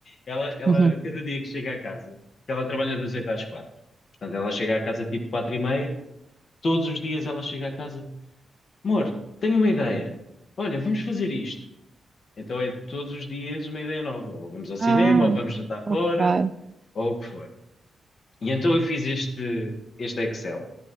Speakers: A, on the left; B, on the right.
A: Ela, ela,
B: Uhum.
A: cada dia que chega à casa, que ela trabalha das 8 às 4. Portanto, ela chega à casa tipo 4 e meia. Todos os dias ela chega à casa, amor, tenho uma ideia. Olha, vamos fazer isto. Então é todos os dias uma ideia nova. Ou vamos ao cinema,
B: Ah,
A: ou vamos jantar
B: ok.
A: fora, ou o que for. E então eu fiz este, este Excel,